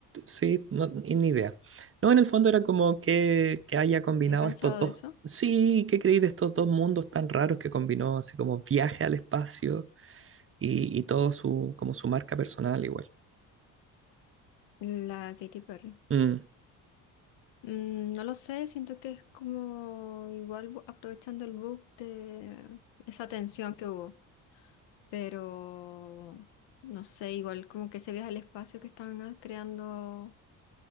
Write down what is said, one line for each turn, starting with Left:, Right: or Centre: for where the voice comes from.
Right: sí, no, ni ni idea. No, en el fondo era como que, que haya combinado
Left: Yo he pensado
Right: estos dos.
Left: de eso,
Right: Sí, ¿qué creí de estos dos mundos tan raros que combinó? Así como viaje al espacio y, y todo su, como su marca personal igual.
Left: la Katy Perry.
Right: Mm,
Left: Mm, no lo sé, siento que es como igual bu- aprovechando el book de esa tensión que hubo, pero no sé, igual como que ese viaje al espacio que están ah, creando.